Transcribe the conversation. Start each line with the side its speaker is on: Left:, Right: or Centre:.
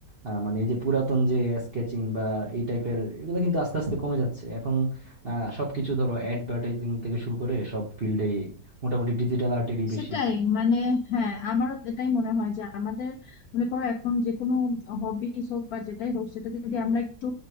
Right: আহ, মানে এই যে পুরাতন যে স্কেচিং বা এই টাইপের এগুলো কিন্তু আস্তে আস্তে কমে যাচ্ছে এখন আহ, সবকিছু ধরো অ্যাডভার্টাইজিং থেকে শুরু করে সব ফিল্ডেই মোটামুটি ডিজিটাল আর্টেরই বেশি
Left: সেটাই মানে হ্যাঁ আমারও এটাই মনে হয় যে আমাদের মনে করো এখন যে কোনো হবিস হোক বা যেটাই হোক সেটা যদি আমরা একটু